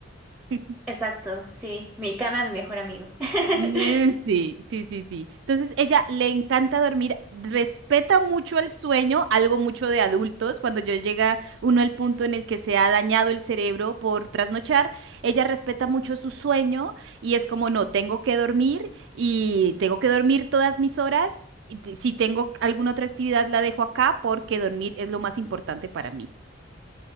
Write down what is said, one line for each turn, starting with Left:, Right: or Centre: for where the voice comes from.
Right: <laughs>
Centre: Exacto, sí. Mi cama, mi mejor amigo.
Right: Mm,
Centre: <laughs>
Right: Sí, sí, sí, sí. Entonces, ella le encanta dormir, respeta mucho el sueño, algo mucho de adultos. Cuando yo llega uno al punto en el que se ha dañado el cerebro por trasnochar, ella respeta mucho su sueño y es como, no, tengo que dormir y tengo que dormir todas mis horas. y te- Si tengo alguna otra actividad, la dejo acá porque dormir es lo más importante para mí.